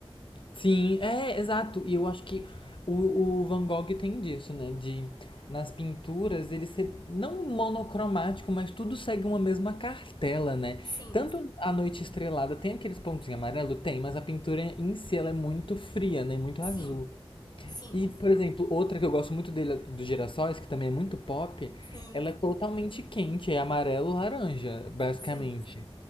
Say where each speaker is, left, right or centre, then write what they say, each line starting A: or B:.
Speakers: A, on the left; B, on the left.
A: Sim, é, exato. E eu acho que o, o Van Gogh tem disso, né? De nas pinturas ele ser não monocromático, mas tudo segue uma mesma cartela, né?
B: Sim,
A: Tanto a noite estrelada tem aqueles pontinhos amarelo, tem, mas a pintura em si ela é muito fria, né? Muito
B: sim,
A: azul.
B: sim,
A: E, por exemplo, outra que eu gosto muito dele, a dos girassóis, que também é muito pop,
B: sim,
A: ela é totalmente quente, é amarelo-laranja, basicamente.
B: sim.